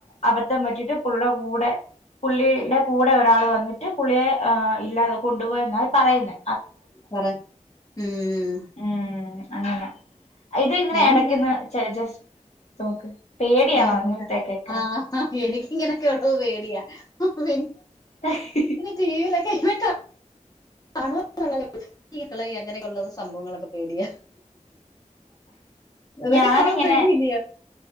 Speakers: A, on the left; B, on the left.
A: അബദ്ധം പറ്റിയിട്ട് പുള്ളിയുടെ കൂടെ പുള്ളി ടെ കൂടെ ഒരാള് വന്നിട്ട് പുള്ളിയെ ഇല്ലാതെ കൊണ്ടുപോയെന്നാ ഈ പറയുന്നെ
B: പറ ഉം
A: ഉം അങ്ങനെ ഇത് ഇങ്ങനെ
B: ഞാനിങ്ങനെ
A: എടക്കന്ന് ജ ജസ്റ്റ് നോക്ക് പേടിയാണോ
B: നോ <unintelligible>
A: ഇങ്ങനത്തെ കേക്കാണ്
B: ആ എനിക്കിങ്ങനൊക്കെ ഒള്ളത് പേടിയാ പി
A: ആഹ്
B: ടിവിലൊക്കെ ഇങ്ങനെ ക കാണു <unintelligible> എങ്ങനെക്കെള്ളത് സംഭവങ്ങളൊക്ക പേടിയാ അതൊക്ക
A: ഞാനിങ്ങനെ
B: കാണാം പേടിയില്ലിയോ